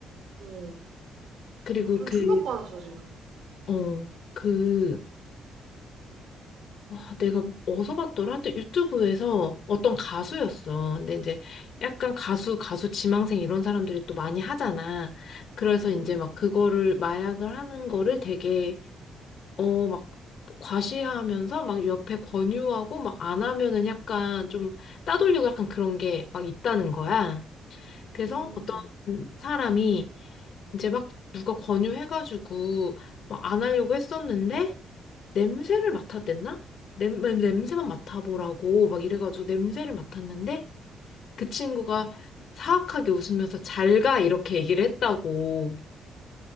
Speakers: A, on the right; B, on the left.
A: 어.
B: 그리고
A: 좀
B: 그,
A: 충격받았어, 지금.
B: 어, 그, 아, 내가 어디서 봤더라? 하여튼 유튜브에서 어떤 가수였어. 근데 이제 약간 가수, 가수 지망생 이런 사람들이 또 많이 하잖아. 그래서 이제
A: 음.
B: 막 그거를 마약을 하는 거를 되게 어, 막 과시하면서 막 옆에 권유하고 막 안 하면은 약간 좀 따돌리고 약간 그런 게 막 있다는 거야. 그래서
A: 음.
B: 어떤 사람이 이제 막 누가 권유해가지고 막 안 하려고 했었는데 냄새를 맡았댔나? 냄, 냄새만 맡아보라고 막 이래가지고 냄새를 맡았는데 그 친구가 사악하게 웃으면서 잘가 이렇게 얘기를 했다고.